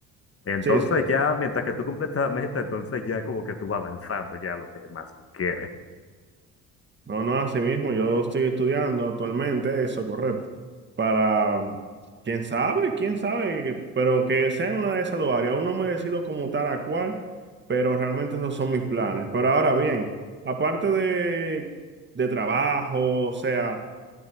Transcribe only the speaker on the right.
Sí, sí.
No, no, así mismo, yo estoy estudiando actualmente eso, correcto. Para, quién sabe, quién sabe, que- pero que sea en una de esas dos áreas. Aún no me decido como tal a cuál, pero realmente esos son mis planes. Pero ahora bien, aparte de, de trabajo, o sea,